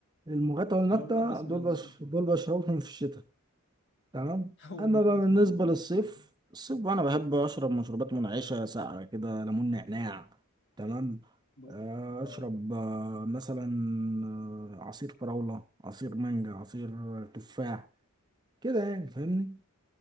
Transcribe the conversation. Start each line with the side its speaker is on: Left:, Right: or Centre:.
Right: المغاتة والمتة
Left: أنا أول مرة أسمع
Right: دول
Left: عن-
Right: بش... دول بشربهم في الشتاء تمام
Left: <laughs> أول
Right: اما
Left: مرة
Right: بقى بالنسبه
Left: أسمع عن المشروب
Right: للصيف الصيف انا بحب اشرب مشروبات منعشه ساقعه كده ليمون نعناع تمام
Left: ده
Right: آه،
Left: ب... آه
Right: اشرب آه، مثلا آه، عصير فراوله عصير مانجا عصير تفاح كده يعني فاهمني